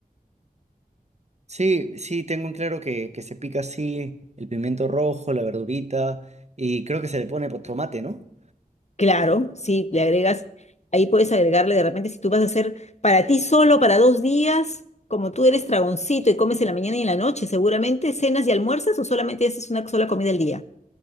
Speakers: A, on the right (about 45°); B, on the left (about 45°).
A: Sí, sí, tengo en claro que, que se pica así el pimiento rojo, la verdurita y creo que se le pone po- tomate, ¿no?
B: Claro, sí, le agregas, ahí puedes agregarle de repente si tú vas a hacer para ti solo, para dos días, como tú eres tragoncito y comes en la mañana y en la noche, seguramente cenas y almuerzas o solamente haces una sola comida al día.